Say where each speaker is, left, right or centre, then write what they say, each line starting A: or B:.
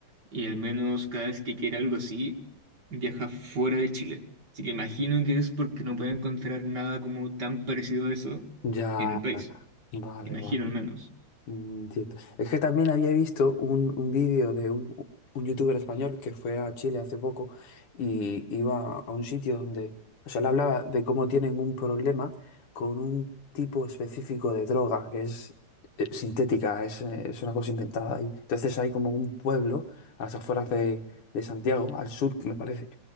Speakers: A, on the right; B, on the left.
A: Y al menos cada vez que quiere algo así, viaja fuera de Chile. Así que imagino que es porque no puede encontrar nada como tan parecido a eso
B: Ya,
A: en el país.
B: vale,
A: Imagino
B: vale.
A: al menos.
B: Mm, Entiendo. Es que también había visto un, un vídeo de un, un youtuber español que fue a Chile hace poco y iba a un sitio donde, o sea, le hablaba de cómo tienen un problema con un tipo específico de droga que es eh, sintética, es, eh, es una cosa inventada. Y entonces hay como un pueblo a las afueras de, de Santiago, al sur, me parece,